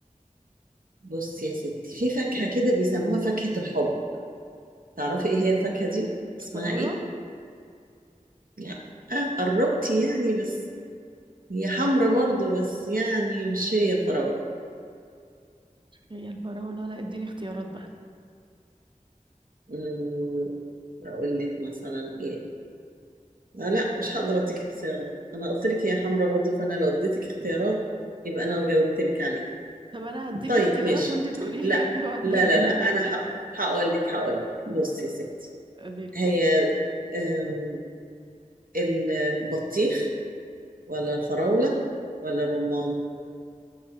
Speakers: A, on the right; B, on the right.
A: بص يا ستي في فاكهة كده بيسموها فاكهة الحب تعرفي ايه هي الفاكهة دي؟
B: الفراولة
A: اسمها ايه؟ لا آه قربتي يعني بس هي حمرا برضو بس يعني مش هي الفراولة
B: هي الفراولة لا اديني اختيارات بقى
A: أمم، أقول لك مثلا ايه؟ آه لا مش هقدر اديك اختيارات أنا قلت لك هي حمرا برضو فأنا لو اديتك اختيارات يبقى أنا جاوبت لك عليها
B: طب انا هديك
A: طيب
B: اختيارات
A: ماشي
B: وانت تقولي
A: لا
B: لي يعني <laughs> واحده
A: لا
B: منها
A: لا لا انا هقول لك هقول لك بص يا ستي
B: قولي لي
A: هي أم، البطيخ ولا الفراولة ولا الرمان